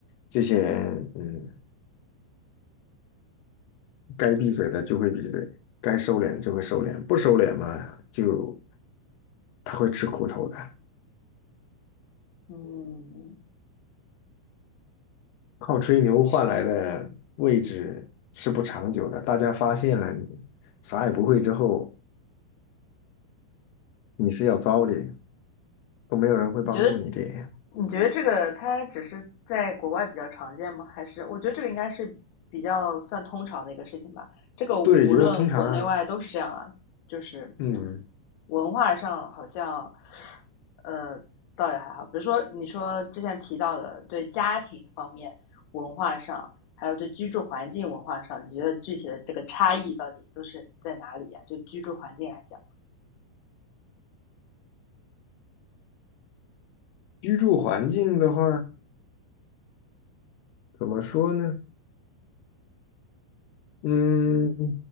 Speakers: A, on the left (about 65°); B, on the left (about 80°).
A: 这些人，嗯，该闭嘴的就会闭嘴，该收敛的就会收敛，不收敛嘛，就他会吃苦头的。
B: 嗯，
A: 靠吹牛换来的位置是不长久的，
B: 是，
A: 大家发现了你啥也不会之后，你是要糟的，都没有人会帮助你的。
B: 你觉得你觉得这个它只是在国外比较常见吗？还是我觉得这个应该是比较算通常的一个事情吧。这个不论国内外都是这样啊，
A: 对，就要通常啊，
B: 就是
A: 嗯，
B: 文化上好像，呃，倒也还好。比如说你说之前提到的，对家庭方面文化上，还有对居住环境文化上，你觉得具体的这个差异到底都是在哪里呀、就居住环境来讲，
A: 居住环境的话，怎么说呢？嗯，